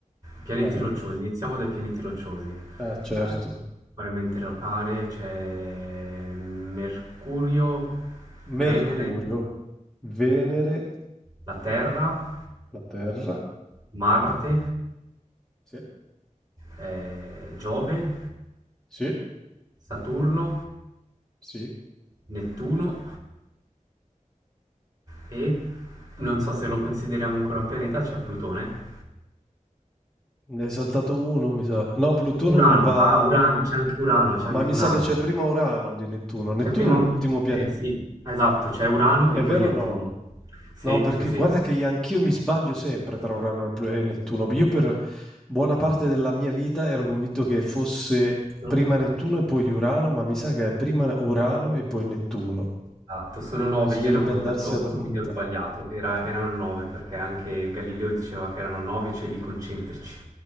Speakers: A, on the right; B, in the centre.
A: pianeti
B: Dai,
A: rocciosi, iniziamo dai pianeti rocciosi. Eh,
B: ah, certo.
A: paramente locare c'è Mercurio, Venere,
B: Mercurio, Venere,
A: la Terra,
B: la Terra.
A: Marte,
B: Sì,
A: eh, Giove,
B: sì,
A: Saturno,
B: sì.
A: Nettuno e non so se lo consideriamo ancora un pianeta, c'è Plutone.
B: Ne hai saltato uno, mi sa. No, Plutone
A: Urano,
B: non va
A: ah, Urano, c'è anche Urano, c'è anche
B: Ma mi
A: Urano.
B: sa che c'è prima Urano di Nettuno. Nettuno
A: C'è prima,
B: è l'ultimo pianeta.
A: c'è- sì, esatto, c'è Urano e
B: È
A: poi
B: vero
A: Nettuno.
B: o no?
A: Sì,
B: No, perché
A: sì, sì.
B: guarda che io- anch'io mi sbaglio sempre tra Urano e Pl- e Nettuno. Io per buona parte della mia vita ero convinto che fosse
A: No.
B: prima Nettuno e poi Urano, ma mi sa che è prima Urano e poi Nettuno.
A: Esatto, sono nove,
B: Bisognerebbe
A: io ne ho contati
B: andarsi
A: otto,
B: a documentare.
A: quindi ho sbagliato. Era- erano nove perché anche Galileo diceva che erano nove cieli concentrici,